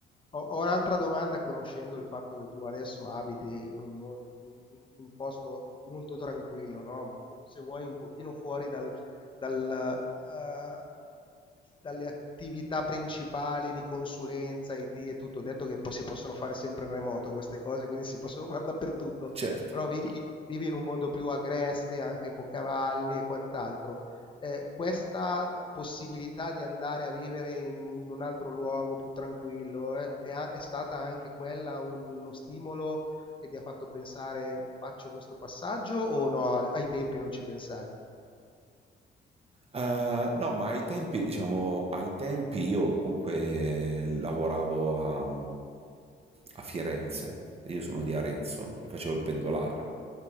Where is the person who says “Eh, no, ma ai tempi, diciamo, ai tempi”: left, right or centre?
Right